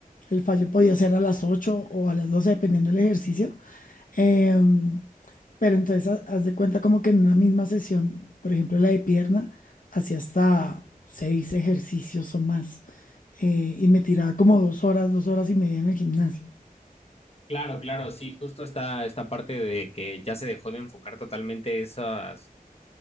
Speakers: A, on the left; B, on the left.
A: El fallo podía ser a las 8 o a las 12 dependiendo del ejercicio. Em, pero entonces ha- haz de cuenta como que en una misma sesión, por ejemplo, la de pierna, hacía hasta seis ejercicios o más. eh, y me tiraba como dos horas, dos horas y media en el gimnasio.
B: Claro, claro, sí, justo esta, esta parte de que ya se dejó de enfocar totalmente esas,